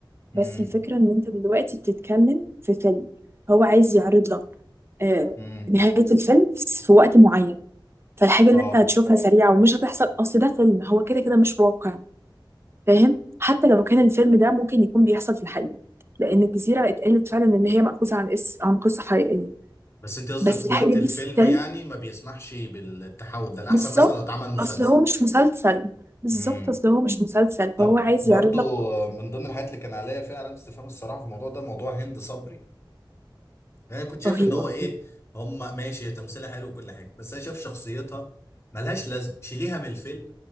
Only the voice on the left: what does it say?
امم
امم
اه
بس انت قصدك
وقت
الفيلم
يعني ما بيسمحش بالتحول ده الاحسن
مثلا لو اتعمل مسلسل
امم
طب
برضو
من ضمن الحاجات اللي كان عليا فيها علامة استفهام الصراحة في الموضوع ده موضوع هند صبري انا كنت شايف
ان هو ايه هم ماشي هي تمثيلها حلو وكل حاجه بس انا شايف شخصيتها ملهاش لازمه شيليها من الفيلم